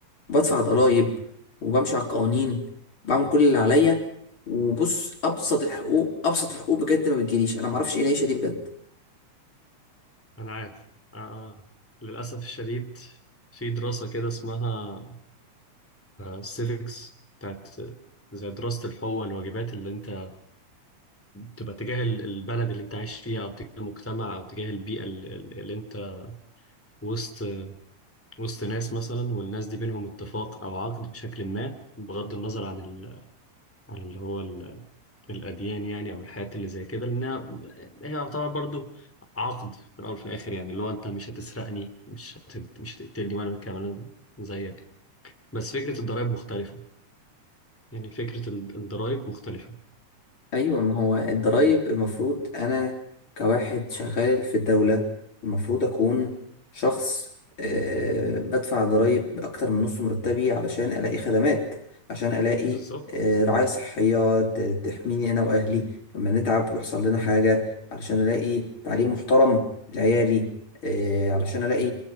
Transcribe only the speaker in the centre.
انا عارف آه. للاسف الشديد في دراسه كده اسمها سيفكس بتاعت زي دراسه الحقوق والواجبات اللي انت تبقى تجاه ال- البلد اللي انت عايش فيها او تجاه المجتمع او تجاه البيئه ال- ال- اللي انت وسط وسط ناس مثلا والناس دي بينهم اتفاق او عقد بشكل ما بغض النظر عن ال... عن اللي هو الأديان يعني أو الحاجات اللي زي كده لأنها هي يعتبر برضو عقد في الأول وفي الآخر يعني اللي هو أنت مش هتسرقني مش هت... مش هتقتلني وأنا كمان زيك بس فكرة الضرايب مختلفة يعني فكرة ال- الضرايب مختلفة
بالظبط